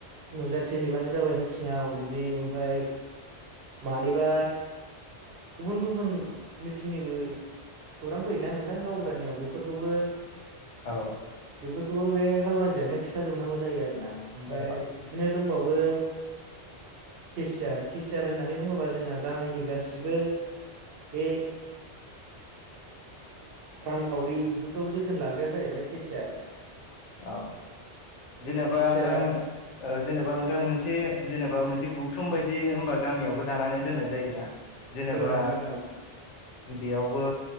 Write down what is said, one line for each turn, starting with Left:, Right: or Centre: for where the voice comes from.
Right: नुजाथि हैैबानो जाबाय मिथिङाव बिदि ओमफफ्राय मानिबा गुबुन गुबुन मिथिंनिबो खौरां फैयोना नोंथां गावबुरानियाव बेफोरखौबो
Left: औ
Right: बेफोरखौबो बे हालमाजियानो खिथााजोबनांगौ जायो आरो ना ओमफफ्राय
Left: औ
Right: बिदिनो दंबावो केसियार केसियार होननानै बुङोबा जोंहा गामिनि गासिबो बे रांखावरि बे खौ जोथोन लाग्राया जाहैबाय केसिआार
Left: औ जेनेबा
Right: केसियारा
Left: नथां जेनेबा नोंथां मोनसे जेनेबा मोनसे गौथुम बायदि हबा गामियावबो दानानै दोननाय जायोना जेनेबा
Right: औ नोंथां औ
Left: बेयावबो